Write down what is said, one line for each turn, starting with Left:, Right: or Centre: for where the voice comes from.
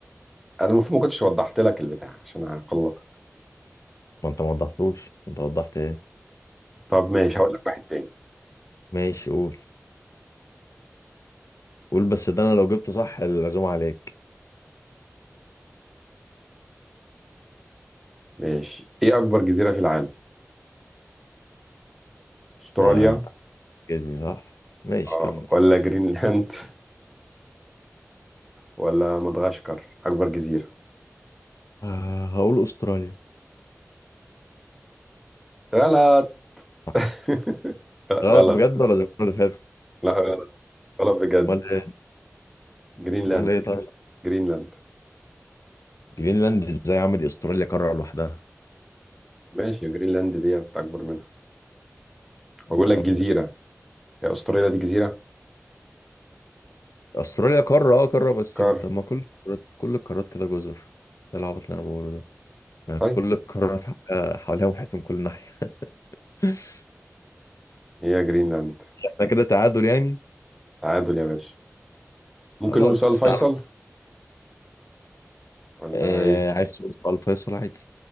Centre: انا المفروض ما كنتش وضحت لك البتاع عشان هقلطك
Left: ما انت ما وضحتوش انت وضحت ايه
Centre: طب ماشي هقول لك واحد تاني
Left: ماشي قول قول بس ده انا لو جبته صح العزومه عليك
Centre: ماشي ايه اكبر جزيرة في العالم استراليا
Left: انت انت عاجزني صح ماشي
Centre: آه
Left: كمل
Centre: ولا جرينلاند ولا مدغشقر اكبر جزيرة
Left: آه هقول استراليا
Centre: غلط
Left: صح
Centre: <laughs> لا
Left: غلط
Centre: غلط
Left: بجد ولا زي المره اللي فاتت
Centre: لا غلط غلط بجد
Left: امال ايه
Centre: جرينلاند
Left: امال ايه طيب
Centre: جرينلاند
Left: جرينلاند ازاي يا عم دي استراليا قاره لوحدها
Centre: ماشي جرينلاند دي اكبر منها
Left: يا
Centre: بقول
Left: نهار
Centre: لك جزيرة
Left: ابيض
Centre: هي استراليا دي جزيرة
Left: استراليا قاره اه قاره بس
Centre: كار
Left: جز- طب ما كل القارات كل القارات كده جزر ايه العبط اللي انا بقوله ده ما
Centre: طيب
Left: كل القارات ح- آه، حواليها محيط من كل ناحيه <laughs>
Centre: هي جرينلاند
Left: احنا كده تعادل يعني
Centre: تعادل يا باشا ممكن
Left: خلاص
Centre: نقول سؤال فيصل
Left: تعالى
Centre: ولا
Left: آه
Centre: ايه
Left: عايز تقول سؤال فيصل عادي